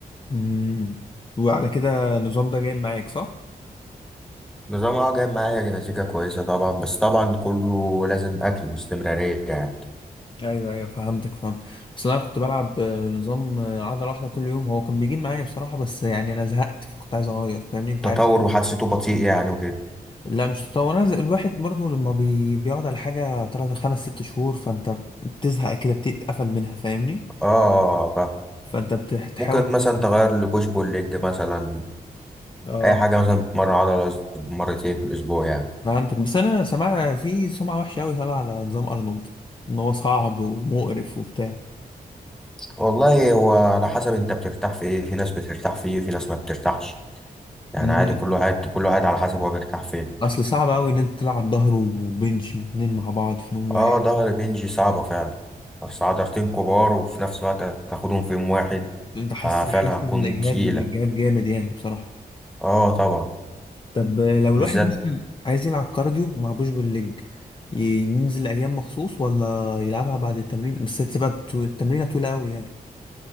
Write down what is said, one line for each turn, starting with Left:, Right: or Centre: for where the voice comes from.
Left: امم وعلى كده النظام ده جايب معاك صح
Centre: نظام اه جايب معايا نتيجة كويسة طبعا بس طبعا كله لازم أكل واستمرارية يعني
Left: ايوه ايوه فهمتك فهمت اصل انا كنت بلعب آه، نظام آه، عضله واحده كل يوم هو كان بيجيب معايا بصراحه بس يعني انا زهقت فكنت عايز اغير فاهمني انت
Centre: تطور
Left: عارف أنا-
Centre: وحسيته بطيء يعني وكده
Left: لا مش تطور انا ز- الواحد برضو لما بي... بيقعد على حاجه تلات خمس ست شهور فانت بتزهق كده بتتقفل منها فاهمني
Centre: اه
Left: فانت بتحاول
Centre: ممكن مثلا تغير لبوش بول ليج مثلا
Left: اه
Centre: اي حاجه مثلا بتمرن عضله مرتين في الاسبوع يعني
Left: فهمتك بس انا سمعت في سمعة وحشة قوي طالعة على نظام ارنولد ان هو صعب ومقرف وبتاع
Centre: والله هو على حسب انت بترتاح في ايه في ناس بترتاح فيه في ناس ما بترتاحش يعني
Left: مم.
Centre: عادي كل واحد كل واحد على حسب هو بيرتاح فين
Left: اصل صعب قوي ان انت تلعب ظهر وبنش اتنين مع بعض في نوم واحد
Centre: اه ظهر بنجي صعبه فعلا بس عضلتين كبار وفي نفس الوقت هتاخدهم في يوم واحد
Left: انت حاسس
Centre: ففعلا
Left: حاسس
Centre: هتكون
Left: بالاجهاد
Centre: تقيله
Left: اجهاد جامد يعني بصراحة
Centre: اه طبعا
Left: طب لو الواحد
Centre: بالذات
Left: مثلا عايز يلعب كارديو ما معبوش بالليج ينزل ايام مخصوص ولا يلعبها بعد التمرين بس هتبقى التمرينة طويلة قوي يعني